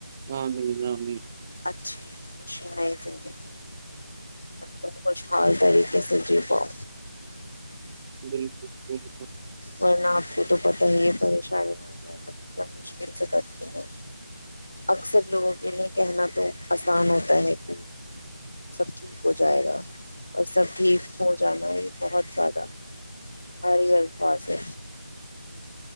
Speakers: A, on the right (about 20°); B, on the left (about 75°).
A: ہاں مل ہاں مل
B: اچھی مشینئی زی ایک دم خوشحال طریقے سے جی پاؤ
A: بالکل بالکل
B: ورنہ آپ کو تو پتاہ ہی یہ پریشانی آ جائے تو کتنا مشکل سے کرتی ہیں اکثر لوگوں کے لیے کہنا تو آسان ہوتا ہے کہ سب ٹھیک ہو جائے گا اور سب ٹھیک ہو جانا یہ بہت زیادہ ہاری گ پاس ہے